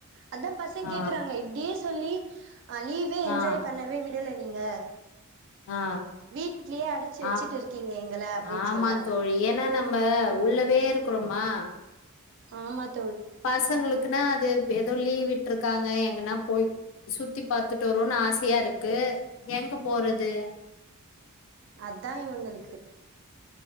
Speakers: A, on the right; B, on the left.
A: அதான் பசங்
B: ஆ
A: கேகறாங்க இப்டியே சொல்லி அ லீவே என்ஜாய்
B: ஆ
A: பண்ணவே விடல நீங்க ஆ
B: ஆ
A: வீட்லயே அடச்சு வச்சுட்டு
B: ஆ
A: இருக்கீங்க எங்கள அப்டின்னு
B: ஆமா
A: சொல்றாங்க
B: தோழி ஏன்னா நம்ப உள்ளவே இருக்றோமா
A: ஆ மத்த
B: பசங்களுக்குனா அது ஏதோ லீவி்ட்டு ருக்காங்க எங்கனா போய் சுத்தி பாத்துட்டு வருவோனு ஆசையா இருக்கு எங்க போறது
A: அதான் இவங்களுக்கு